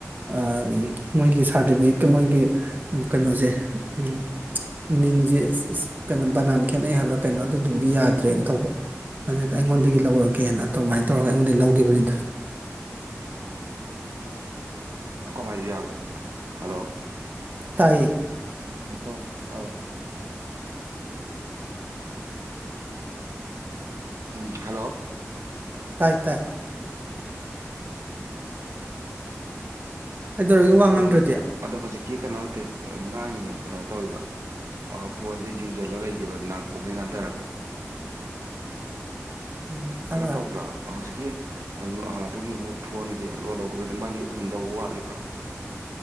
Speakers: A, on the right; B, on the right.
A: ꯑꯥ ꯎꯝ ꯃꯣꯏꯒꯤ ꯁꯥꯔꯗꯤꯚꯤꯒ‌ꯦꯠꯀ ꯃꯣꯏꯒꯤ ꯎꯝ ꯀꯩꯅꯣꯖ‌ꯦ ꯎꯝ ꯃꯤꯡꯖ‌ꯦ ꯀꯅꯣ ꯕꯅꯥꯟ ꯈꯦꯠꯅꯩ ꯍꯥꯏꯕ꯭ꯔꯥ ꯀꯩꯅꯣ ꯑꯗꯨꯗꯨꯒꯤ ꯌꯥꯗ꯭ꯔꯦꯟ ꯇꯧꯕ ꯑꯗꯨꯗ ꯑꯩꯉꯣꯟꯗꯒꯤ ꯂꯧꯔꯒꯦꯅ ꯗꯨꯃꯥꯏ ꯇꯧꯔꯒ ꯑꯩꯉꯣꯟꯗꯒꯤ ꯂꯧꯒꯤꯕꯅꯤꯗ
B: ꯑꯈ‌ꯣ ꯃꯥꯏꯖ‌ꯦ ꯌꯥ <unintelligible> ꯍꯜꯂꯣ
A: ꯇꯥꯏꯌꯦ
B: ꯉꯥꯏꯈꯣꯀꯣ ꯄꯥꯏꯌꯣ ꯎꯝ ꯍꯜꯂꯣ
A: ꯇꯥꯏ ꯇꯥꯏ ꯀꯩꯗꯧꯔꯒꯦ ꯋꯥ
B: ꯍꯂ‌ꯣ
A: ꯉꯥꯡꯗ꯭ꯔꯗꯤ
B: ꯍꯖꯤꯛ ꯑꯗꯣ ꯍꯧꯖꯤꯛꯀꯤ ꯀꯩꯅꯣ ꯅꯠꯇꯦ ꯉꯥꯡꯉꯤꯅꯦ ꯀꯩꯅꯣ ꯇꯧꯔꯤꯕ ꯑꯥ ꯐꯣꯟꯖ‌ꯦ ꯌꯨꯡꯖꯜꯂ ꯂꯩꯒꯤꯕ ꯅꯥ ꯀ‌ꯣꯡꯗꯩ ꯅꯥꯟꯗꯔꯒ
A: ꯎꯝ ꯍꯥꯏꯔꯣ
B: ꯀꯩꯅꯣ
A: ꯍꯥꯏꯔꯣ
B: ꯇꯧꯕ꯭ꯔꯥ ꯑꯥ ꯍꯨꯖꯤꯛꯀꯤ ꯑꯥ ꯑꯗꯨꯒꯤ ꯃꯨ ꯐꯣꯟꯒꯤ ꯂꯣꯟ ꯂꯧꯕꯗꯨꯗꯤ ꯃꯥꯒꯤ ꯍꯨꯟꯗꯧ ꯋꯥꯠꯂꯤꯕ꯭ꯔꯥ